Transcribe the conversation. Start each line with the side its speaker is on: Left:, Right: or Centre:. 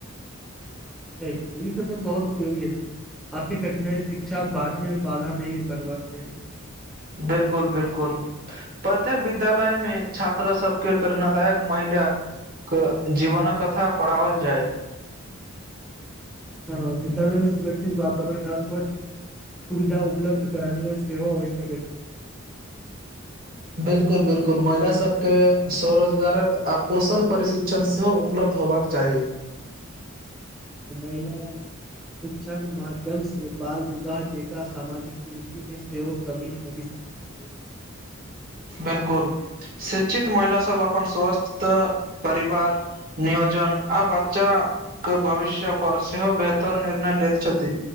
Centre: ई एकदम बहुत उपयोगी अछि आर्थिक कठिनाइ शिक्षा बाट मे बाधा नहि बनबाक चाहि
Right: बिल्कुल बिल्कुल प्रत्येक विद्यालय मे छात्र सबके प्रेरणादायक महिला जीवनक कथा पढ़ाओल जाइ
Centre: हँ विद्यालय मे सुरक्षित वातावरण आ स्वच्छ सुविधा उपलब्ध करानिये सेहो आवश्यक छै
Right: बिलकुल बिलकुल महिला सब के स्वरोजगारक कौशल परीक्षण चण सेहो उपलब्ध होयबाक चाहि
Centre: महिला शिक्षाके माध्यम से बाल विवाह जे एकटा सामाजिक कुरूति मे सेहो कमी आबि सकैत अछि
Right: बिल्कुल शिक्षित महिला सब अपन स्वस्थ परिवार नियोजन आ बच्चाके भविष्य पर सेहो बेहतर निर्णय लैत छथि